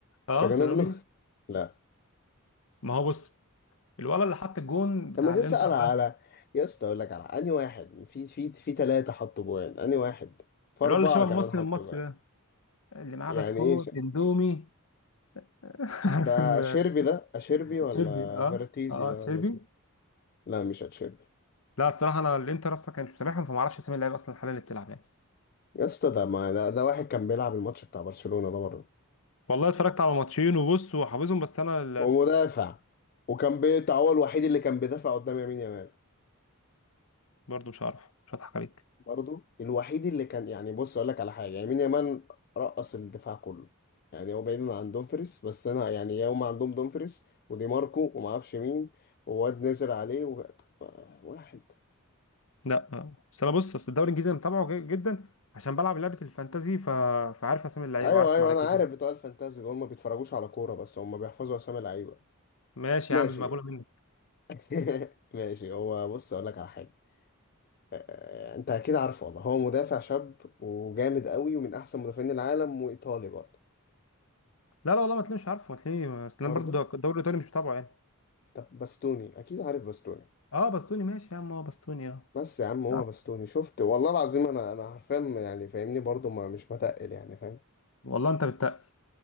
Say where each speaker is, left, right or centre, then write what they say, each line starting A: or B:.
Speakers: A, on the left; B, on the left.
A: اه
B: شاجانوجلو
A: تشنوغلو
B: <laughs> لا
A: ما هو بص الولد اللي حط الجون بتاع
B: لما تسأل
A: الانتر
B: على
A: ده
B: يا اسطى اقول لك على انهي واحد في في في ثلاثة حطوا جوان انهي واحد في أربعة
A: الولد اللي شبه المصري
B: كمان حطوا
A: المصري
B: جوان
A: ده اللي معاه
B: يعني
A: بسكوت
B: ايه ش...
A: اندومي <laughs> عارف
B: ده
A: ال-
B: اشيربي ده اشيربي ولا
A: التشيربي اه
B: فيرتيزي
A: اه
B: ده
A: التشيربي
B: ولا اسمه لا مش اتشيربي
A: لا الصراحه انا الانتر اصلا كان مش متابعهم فما اعرفش اسامي اللعيبه اصلا حاليا اللي بتلعب يعني
B: يا اسطى ده ما ده, ده واحد كان بيلعب الماتش بتاع برشلونة ده برضه
A: والله اتفرجت على ماتشين وبص وحافظهم بس انا ال-
B: ومدافع وكان بي- هو الوحيد اللي كان بيدافع قدام يمين يامال
A: برضه مش عارف مش هضحك عليك
B: برضو الوحيد اللي كان يعني بص اقول لك على حاجه يعني مين يمان رقص الدفاع كله يعني هو بعيد عن دومفريس بس انا يعني يوم عندهم دومفريس ودي ماركو وما اعرفش مين وواد نزل عليه و... واحد
A: لا آه. بس انا بص اصل الدوري الانجليزي انا متابعه ج- جدا عشان بلعب لعبه الفانتازي ف... فعارف اسامي اللعيبه
B: ايوه
A: وعارف
B: ايوه
A: مراكزهم
B: انا عارف بتوع الفانتازي دول ما بيتفرجوش على كوره بس هم بيحفظوا اسامي لعيبه
A: ماشي
B: ماشي
A: يا عم مقبوله منك
B: <laughs> ماشي هو بص اقول لك على حاجه آه، آه، انت اكيد عارفه والله هو مدافع شاب وجامد قوي ومن احسن مدافعين العالم وايطالي برضه
A: لا لا والله ما تلاقيش عارفه ما تلاقيش اصل
B: برضه
A: انا برضه الدوري الايطالي مش متابعه يعني
B: طب باستوني اكيد عارف باستوني
A: اه بستوني ماشي يا عم اه بستوني اه
B: بس يا عم هو
A: لا،
B: بستوني شفت والله العظيم انا انا حرفيا يعني فاهمني برضو ما مش بتقل يعني فاهم
A: والله انت بت...